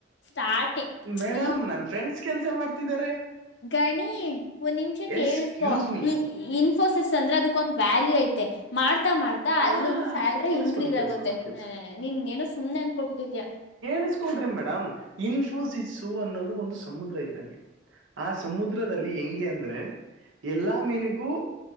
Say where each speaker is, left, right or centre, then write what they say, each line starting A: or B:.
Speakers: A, on the left (about 60°); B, on the right (about 80°).
A: ಸ್ಟಾರ್ಟಿಂಗ್
B: ಮೇಡಮ್
A: ಒಂದ್
B: ನನ್ ಫ್ರೆಂಡ್ಸ್ ಕೆಲ್ಸ ಮಾಡ್ತಿದ್ದಾರೆ
A: ಗಣಿ ಒಂದ್ ನಿಮಿಷ ಕೇಳಿಸ್ಕೊ
B: ಎಸ್ಕ್ಯೂಸ್ ಮೀ
A: ಇನ್ಫೋಸಿಸ್ ಅಂದ್ರೆ ಅದಕ್ಕೊಂದ ವ್ಯಾಲ್ಯ ಐತೆ ಮಾಡ್ತ ತ ಮಾಡ್ತಾ
B: ಆ
A: ಅಲ್ಲೂನು
B: ಹಾ
A: ಸ್ಯಾಲ್ರಿ
B: ಕೇಳಿಸ್ಕೊಡ್ರಿ
A: ಇನ್ಕ್ರೀಸ್
B: ಕೇಳಿಸ್ಕೊಡ್ರಿ
A: ಆಗುತ್ತೆ
B: ಕೇಳಿಸ್
A: ಹ ನಿನ್ ಏನೋ ಸುಮ್ನೆ ಅನ್ಕೋಬಿಟ್ಟಿದ್ಯಾ
B: ್ರಿ ಮೇಡಮ್ ಇನ್ಫೋಸಿಸ್ು ಅನ್ನೋದು ಒಂದು ಸಮುದ್ರ ಇದ್ದಂಗೆ ಆ ಸಮುದ್ರ ಸಮುದ್ರದಲ್ಲಿ ಹೆಗೆ ಅಂದ್ರೆ ಎಲ್ಲಾ ಮೀನಿಗೂ